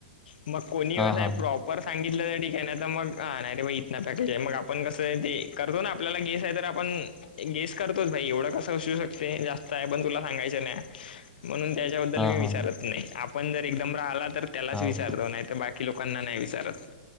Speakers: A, on the left; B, in the centre.
A: मग कोणी
B: हा
A: कसा
B: हा
A: आहे
B: ह
A: प्रॉप ‌ पर सांगितलं तर ठीक आहे. नायी तर मग आ नाही तर मग इतंन पॅकेज आहे. मग आपण कसंय ते, करतो ना आप आपल्याला गेस आहे तर आपण. गेस करतोच भाई एवढं कसं असू शकते जास्त आहे पण तुला सांगायचं नाही. म्हणून त्याच्याबद्दल
B: हा
A: मी
B: हा
A: विचारत नाही आपण जर एकदम राहिला तर त्यालाच
B: हा
A: विचारतो
B: हो का
A: नाही तर बाकी. की लोकांना नाही विचारत